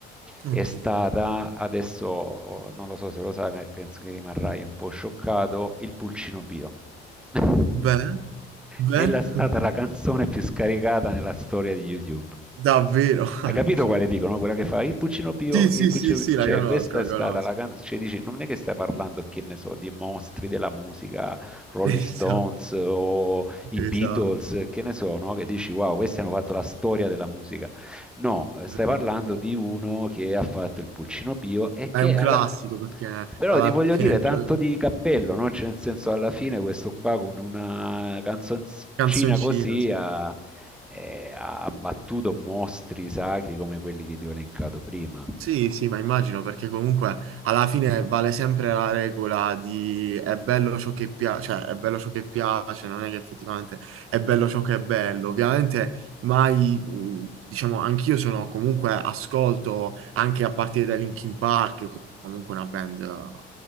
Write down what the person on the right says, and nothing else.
ok.
Beh, beh,
<laughs>
davvero. <laughs>
allucina.
Sì,
sì,
sì, sì,
la
conosco,
la
conosco.
<laughs> Esatto,
esatto.
No,
vabbè.
È
un classico
perché
alla
fine
cioè,
canzoncino,
sì.
Sì, sì, ma immagino perché comunque alla fine vale sempre la regola di è bello ciò che piace, cioè è bello ciò che piace, non è che effettivamente è bello ciò che è bello. Ovviamente mai, mh, diciamo, anch'io sono comunque ascolto anche a partire da Linkin Park, che è comunque una band eh,